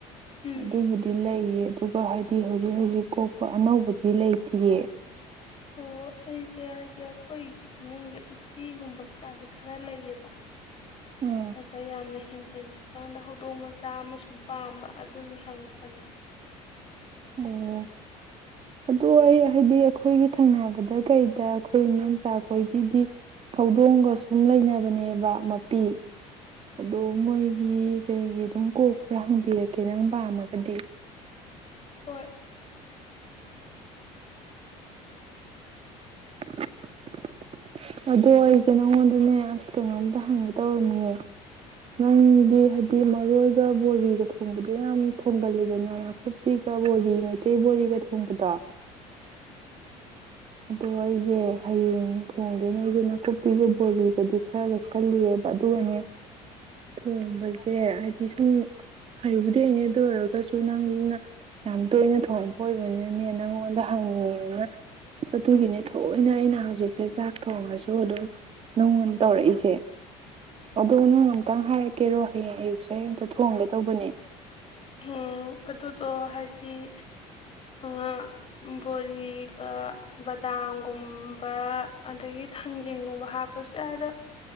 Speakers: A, on the left; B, on the right.
A: ꯎꯝ
B: ꯑꯗꯨꯕꯨꯗꯤ ꯂꯩꯌꯦ ꯑꯗꯨꯒ ꯍꯥꯏꯗꯤ ꯍꯧꯖꯤꯛ ꯍꯧꯖꯤꯛ ꯀꯣꯛꯄ ꯑꯅꯧꯕꯗꯤ ꯂꯩꯇ꯭ꯔꯤꯌꯦ
A: ꯑꯣ ꯑꯩꯁꯦ ꯍꯥꯏꯗꯤ ꯑꯩꯈꯣꯏꯒꯤ ꯏꯃꯨꯡꯁꯦ ꯎꯆꯤꯒꯨꯝꯕꯀꯥꯁꯦ ꯈꯔ ꯂꯩꯌꯦꯕ
B: ꯎꯝ
A: ꯑ ꯇ ꯌꯥꯝ ꯅ ꯍꯤꯟꯖꯤꯟꯗ꯭ꯔꯤꯀꯥꯟꯗ ꯍꯧꯗꯣꯡ ꯃꯆꯥ ꯑꯃꯁꯨꯡ ꯄꯥꯝꯕ ꯑꯗꯨꯒꯤ ꯍꯪꯉꯛꯄꯅꯤ
B: ꯑꯣ ꯑꯗꯨ ꯑꯩ ꯍꯥꯏꯗꯤ ꯑꯩꯈꯣꯏꯒꯤ ꯊꯪꯅꯕꯗ ꯀꯩꯗ ꯑꯩꯈꯣꯏ ꯏꯣꯆꯥꯈꯣꯏꯒꯤꯗꯤ ꯍꯧꯧꯗꯣꯡꯒ ꯁꯨꯝ ꯂꯩꯅꯕꯅꯦꯕ ꯃꯄꯤ ꯑꯗꯣ ꯃꯣꯏꯒꯤ ꯀꯩꯒꯤ ꯑꯗꯨꯝ ꯀꯣꯛ ꯈꯔ ꯍꯪꯕꯤꯔꯛꯀꯦ ꯅꯪ ꯄꯥꯝꯃꯒꯗꯤ
A: ꯍꯣꯏ
B: <unintelligible> ꯑꯗꯣ ꯑꯩꯁꯦ ꯅꯪꯉꯣꯟꯗꯅꯦ ꯑꯁ ꯀꯩꯅꯣꯝꯇ ꯍꯪꯉꯦ ꯇꯧꯔꯝꯅꯦ ꯅꯪꯗꯤ ꯍꯥꯏꯗꯤ ꯃꯔꯣꯏꯒ ꯕꯣꯔꯤꯒ ꯊꯣꯡꯕꯗꯣ ꯌꯥꯝ ꯊꯣꯡꯒꯜꯂꯤꯗꯅ ꯅꯥꯀꯨꯞꯄꯤꯒ ꯕꯣꯔꯤ ꯃꯩꯇꯩ ꯕꯣꯔꯤꯒ ꯊꯣꯡꯕꯗꯣ ꯑꯗꯣ ꯑꯩꯁꯦ ꯍꯌꯦꯡ ꯊꯣꯡꯒꯦꯅꯦ ꯑꯩꯗꯅ ꯀꯨꯞꯄꯤꯒ ꯕꯣꯔꯤꯒꯗꯤ ꯈꯔ ꯂꯩꯁꯜꯂꯨꯔꯦꯕ ꯑꯗꯨꯒꯅꯦ ꯊꯣꯡꯕꯁꯦ ꯍꯥꯏꯗꯤ ꯁꯨꯝ ꯍꯩꯕꯨꯗꯤ ꯍꯅꯦ ꯑꯗꯨ ꯑꯣꯏꯔꯒꯁꯨ ꯅꯪꯅ ꯌꯥꯝ ꯇꯣꯏꯅ ꯊꯣꯡꯕ ꯑꯣꯏꯕꯅꯤꯅꯦ ꯅꯪꯉꯣꯟꯗ ꯍꯪꯅꯤꯡꯉꯦꯅ ꯆ ꯑꯗꯨꯨꯒꯤꯅꯦ ꯊꯣꯏꯅ ꯑꯩꯅ ꯍꯧꯖꯤꯛꯁꯦ ꯆꯥꯛ ꯊꯣꯡꯉꯁꯨ ꯑꯗꯨꯝ ꯅꯪꯉꯣꯟ ꯇꯧꯔꯛꯏꯁꯦ ꯑꯗꯣ ꯅꯪ ꯑꯝꯛꯇꯪ ꯍꯥꯏꯔꯛꯀꯦꯔꯣ ꯍꯌꯦꯡ ꯑꯌꯨꯛꯁꯦ ꯑꯃꯝꯇ ꯊꯣꯡꯒꯦ ꯇꯧꯕꯅꯦ
A: ꯎꯝ ꯑꯗꯨꯗꯣ ꯍꯥꯏꯗꯤ ꯑ ꯕꯣꯔꯤꯒ ꯕꯗꯥꯝꯒꯨꯝꯕ ꯑꯗꯒꯤ ꯊꯥꯡꯖꯤꯡꯒꯨꯝꯕ ꯍꯥꯞꯄꯁꯨ ꯌꯥꯏ ꯑꯗꯣ